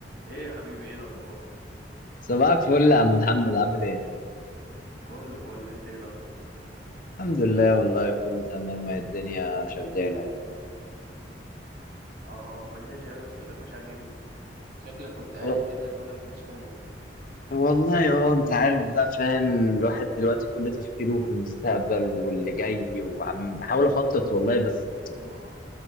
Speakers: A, on the right (about 65°); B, on the left (about 50°).
A: ايه يا حبيبي ايه الاخبار
B: صباحك فل يا عم محمد عامل ايه؟
A: كله فل انت ايه الاخبار
B: الحمد لله والله كله تمام وهي الدنيا شغالة يعني
A: اه هو الدنيا شغالة، بس صوتك مش عاجبني شكلك كنت قاعد
B: و-
A: كده دماغك مسحولة
B: والله اه انت عارف بقى فاهم الواحد دلوقتي كل تفكيره في المستقبل واللي جاي وعم بحاول اخطط والله بس
A: امم